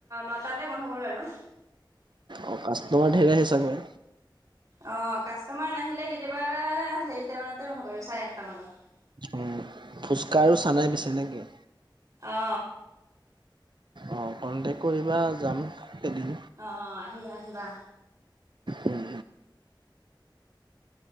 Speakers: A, on the right; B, on the right.
A: নটাতে বন্ধ কৰো আৰু
B: অ কাষ্টমাৰ ঢেৰ আহে চাগে
A: অ কাষ্টমাৰ নাহিলে কেতিয়াবা হেৰিটা মানতে বন্ধ কৰি দিওঁ চাৰে আঠটা মানত
B: অ, ফুচকা আৰু চানাই বেচে নে কি?
A: অ।
B: অঁ কণ্টেক কৰিবা যাম এদিন
A: আহ অ আহিবা আহিবা
B: উম